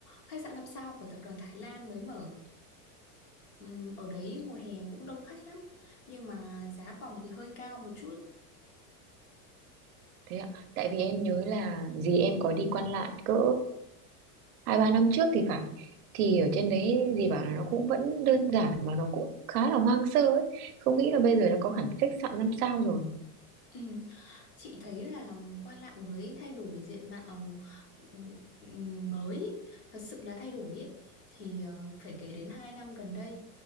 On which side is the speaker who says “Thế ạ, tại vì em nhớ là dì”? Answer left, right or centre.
Right